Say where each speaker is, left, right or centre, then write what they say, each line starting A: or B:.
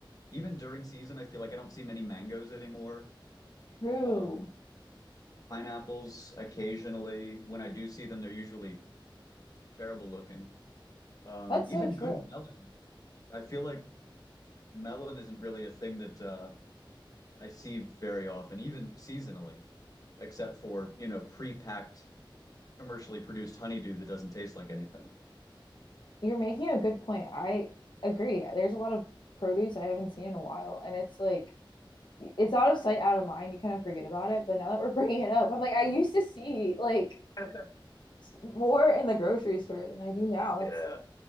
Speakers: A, on the left (about 45°); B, on the left (about 60°).
A: even during season, I feel like I don't see many mangoes anymore.
B: True.
A: Um, pineapples occasionally. When I do see them, they're usually terrible looking. Um,
B: That's
A: even
B: so true.
A: good melon. I feel like melon isn't really a thing that uh, I see very often, even seasonally, except for, you know, pre-packed, commercially produced honeydew that doesn't taste like anything.
B: You're making a good point. I agree. There's a lot of produce I haven't seen in a while, and it's like it's out of sight, out of mind. You kind of forget about it. But now that we're <laughs> bringing it up, I'm like, I used to see like
A: Yeah.
B: more in the grocery store than I do now. That's
A: Yeah,